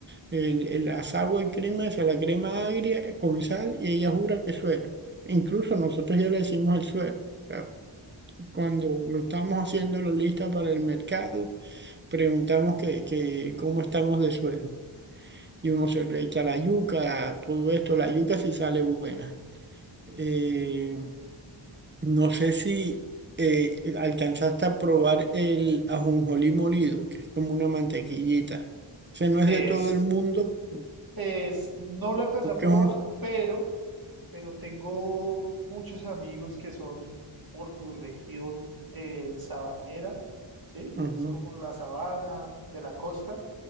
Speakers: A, on the right; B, on the right.
A: el, el asagua de crema, o sea, la crema agria con sal y ella jura que es suero. Incluso nosotros ya le decimos el suero. O sea, cuando estamos haciendo la lista para el mercado, preguntamos que, que cómo estamos de suero. Y uno se le echa la yuca, todo esto, la yuca sí sale buena. Eh, no sé si eh, alcanzaste a probar el ajonjolí molido, que es como una mantequillita. Ese no es
B: Es,
A: de todo el mundo,
B: es, no la alcancé
A: porque
B: a probar,
A: es un...
B: pero, pero tengo muchos amigos que son por tu región eh, sabanera, ¿sí?
A: ujú,
B: Que es como la sabana de la costa.